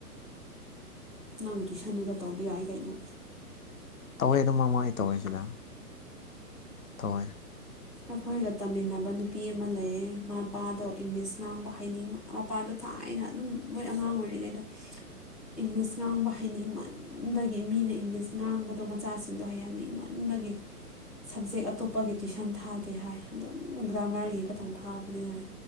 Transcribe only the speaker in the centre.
ꯅꯪ ꯇꯨꯏꯁꯟꯗꯨꯗ ꯇꯧꯕ ꯌꯥꯏ ꯀꯩꯅꯣ
ꯑꯩꯈꯣꯏꯒ ꯇꯝꯃꯤꯟꯅꯕ ꯅꯨꯄꯤ ꯑꯃꯥ ꯂꯩꯌꯦ ꯃꯄꯥꯗꯣ ꯏꯪꯂꯤꯁ ꯉꯥꯡꯕ ꯍꯥꯏꯅꯤꯡ ꯃꯄꯥꯗꯣ ꯊꯥꯏꯅ ꯑꯗꯨꯝ ꯃꯣꯏ ꯑꯉꯥꯡ ꯑꯣꯏꯔꯤꯉꯩꯗ ꯏꯪꯂꯤꯁ ꯉꯥꯡꯕ ꯍꯩꯅꯤꯡꯃꯟ ꯕꯒꯤ ꯃꯤꯅ ꯏꯪꯂꯤꯁ ꯉꯥꯡꯕꯗꯣ ꯃꯆꯥꯁꯤꯡꯗꯣ ꯍꯩꯍꯟꯅꯤꯡꯃꯟꯕꯒꯤ ꯁꯕꯖꯦꯛ ꯑꯇꯣꯞꯄꯒꯤ ꯇꯨꯏꯁꯟ ꯊꯥꯗꯦ ꯍꯥꯏ ꯑꯗꯨꯝ ꯒ꯭ꯔꯥꯃꯔꯒꯤ ꯈꯇꯪ ꯊꯥꯕꯅꯦ ꯍꯥꯏ